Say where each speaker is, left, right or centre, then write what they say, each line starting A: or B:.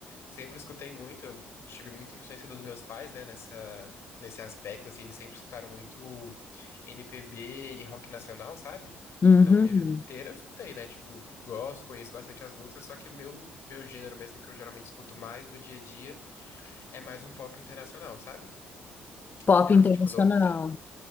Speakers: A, on the left; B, on the left.
A: Sempre escutei muito, eu tive muita influência dos meus pais, né? Nessa, nesse aspecto, assim, eles sempre escutaram muito MPB e rock nacional, sabe?
B: Uhum.
A: Então, minha vida inteira eu escutei, né? Tipo, gosto, conheço bastante as músicas, só que o meu, meu gênero mesmo, que eu geralmente escuto mais no dia a dia, é mais um pop internacional, sabe?
B: Pop
A: Geralmente,
B: internacional.
A: quando eu te-